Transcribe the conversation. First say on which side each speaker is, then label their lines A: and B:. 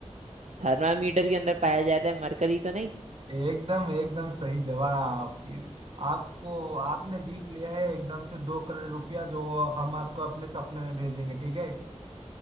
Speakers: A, on the right; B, on the right.
A: थर्मामीटर के अंदर पाया जाता है मरकरी तो नहीं
B: एकदम एकदम सही जवाब फिर आपको आपने जीत लिया है एकदम से दो करोड़ रुपया जो हम आपको अपने सपने में भेजेंगे ठीक है